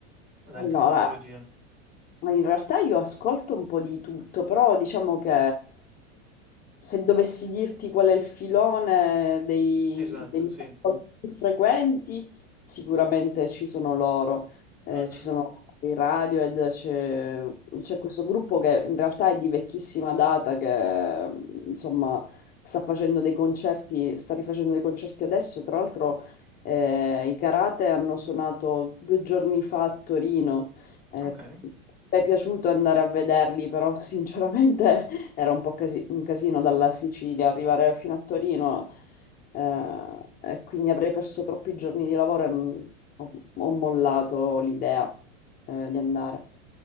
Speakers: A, on the right; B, on the left.
A: ad altre
B: Allora,
A: tipologie?
B: Ma in realtà io ascolto un po' di tutto, però diciamo che se dovessi dirti qual è il filone dei,
A: Esatto,
B: dei miei
A: sì.
B: ascolti più frequenti, sicuramente ci sono loro, Eh,
A: Mh-mh.
B: ci sono i Radiohead, c'è c'è questo gruppo che in realtà è di vecchissima data, che insomma sta facendo dei concerti, sta rifacendo dei concerti adesso, tra l'altro eh, i Karate hanno suonato due giorni fa a Torino eh,
A: Okay,
B: mi è piaciuto andare a vederli, però sinceramente <laughs> era un po' casi- un casino dalla Sicilia arrivare fino a Torino, eh, e quindi avrei perso troppi giorni di lavoro e non- ho, ho mollato l'idea, eh, di andare.